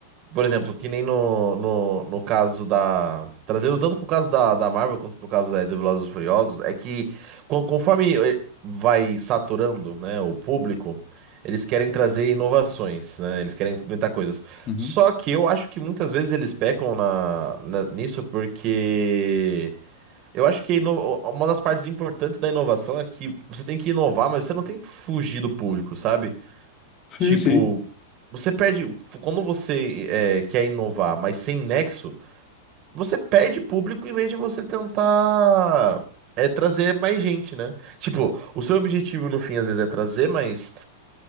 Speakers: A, on the right; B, on the left.
A: Por exemplo, que nem no, no, no caso da. Trazendo tanto pro caso da, da Marvel quanto pro caso da, do Velozes e Furiosos, é que con- conforme eh, vai saturando, né, o público, eles querem trazer inovações, né? Eles querem inventar coisas.
B: Uhum.
A: Só que eu acho que muitas vezes eles pecam na, na- nisso porque. Eu acho que a ino- uma das partes importantes da inovação é que você tem que inovar, mas você não tem que fugir do público, sabe?
B: Sim,
A: Tipo,
B: sim.
A: você perde. Quando você é, quer inovar, mas sem nexo, você perde público em vez de você tentar é, trazer mais gente, né? Tipo, o seu objetivo no fim, às vezes, é trazer mais,